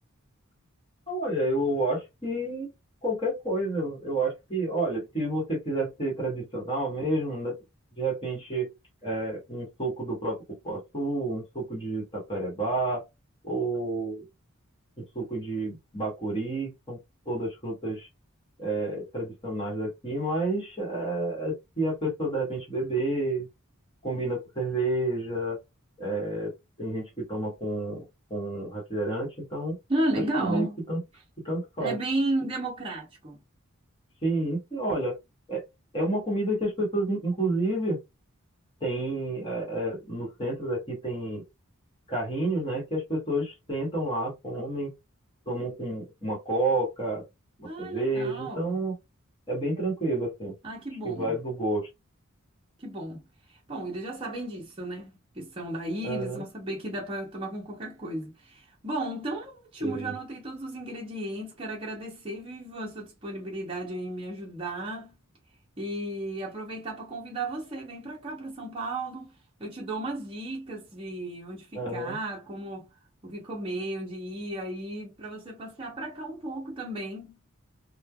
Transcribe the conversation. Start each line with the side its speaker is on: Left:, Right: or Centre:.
Left: Olha, eu, eu acho que qualquer coisa, eu, eu acho que, olha, se você quiser ser tradicional mesmo, né, de repente é, um suco do próprio cupuaçu, um suco de taperebá, ou um suco de bacuri, que são todas frutas é, tradicionais daqui, mas é, é se a pessoa de repente beber combina com cerveja, é, tem gente que toma com, com refrigerante, então
Right: Ah, legal.
Left: acho que meio que tanto, que tanto faz.
Right: É bem democrático.
Left: Sim, e, olha, é, é uma comida que as pessoas, in- inclusive, tem é, é, no centro daqui tem carrinhos, né, que as pessoas sentam lá, comem, tomam com uma coca, uma
Right: Ah,
Left: cerveja,
Right: legal.
Left: então é bem tranquilo, assim.
Right: Ah, que bom.
Left: Acho que vai do gosto.
Right: Que bom. Bom, eles já sabem disso, né? Que são daí,
Left: Aham,
Right: eles vão saber que dá para tomar com qualquer coisa. Bom, então ótimo,
Left: teve.
Right: já anotei todos os ingredientes. Quero agradecer, Vivian, a sua disponibilidade aí em me ajudar e aproveitar para convidar você. Vem para cá, para São Paulo. Eu te dou umas dicas de onde ficar,
Left: Aham.
Right: como o que comer, onde ir, aí para você passear para cá um pouco também.